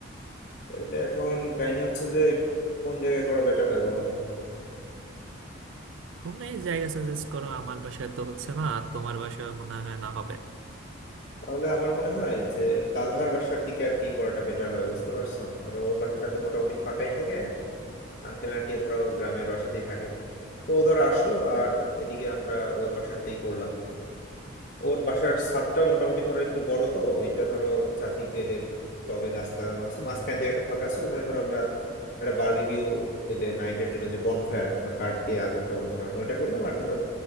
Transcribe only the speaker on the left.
তাহলে এখন কাহিনী হচ্ছে যে কোন জায়গায় করা বেটার হয় বলো
তাহলে আমার মনে হয় যে তালহার বাসার দিকে আর কি করাটা বেটার হবে বুঝতে পারছো ধরো ওর বাসাটা তো মোটামুটি ফাঁকাই থাকে আঙ্কেল আন্টি ধরো গ্রামের বাসাতেই থাকে তো ও ধর আসলো আর এদিকে আমরা ওর বাসারটাই করলাম ওর বাসার ছাদটা মোটামুটি ধরো একটু বড় তো এটা ধরো চারদিক দিয়ে দিয়ে টবে গাছ লাগানো আছে মাঝখানে জায়গাটা ফাঁকা আছে ওখানে ধরো আমরা একটা বারবিকিউ ওই যে নাইটের জন্য যে বনফায়ার বা কাঠ দিয়ে আগুন টাগুন ধরানো ওইটা করলাম আর ধরো